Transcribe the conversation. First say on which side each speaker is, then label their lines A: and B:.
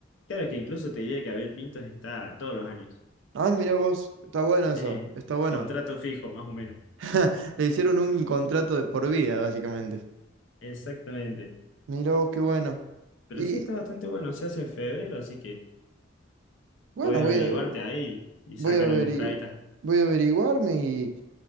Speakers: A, on the left; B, on the right.
A: Claro que incluso te diría que Abel Pintos está todos los años.
B: Ah, mira vos, está bueno eso,
A: Tiene
B: está bueno.
A: contrato fijo, más o menos.
B: <laughs> Le hicieron un contrato de por vida, básicamente.
A: Exactamente.
B: Mira vos, qué bueno.
A: Pero
B: Y
A: sí está bastante bueno, se hace en febrero, así que
B: bueno,
A: podés
B: voy
A: averiguarte
B: a,
A: ahí y
B: voy
A: sacaron
B: a averi-
A: entradita.
B: voy a averiguarme y,